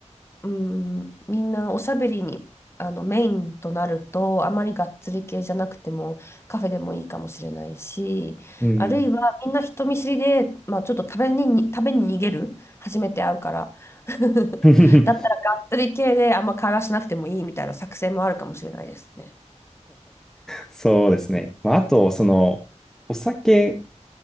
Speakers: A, on the left; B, in the centre.
A: うん、みんなおしゃべりに、あの、メインとなると、あまりがっつり系じゃなくても、カフェでもいいかもしれないし、
B: <laughs> うん。
A: あるいはみんな人見知りで、まあ、ちょっと食べに、食べに逃げる、初めて会うから。<laughs>
B: <laughs>
A: だったらがっつり系であんま会話しなくてもいいみたいな作戦もあるかもしれないですね。
B: そうですね。まあ、あと、その、お酒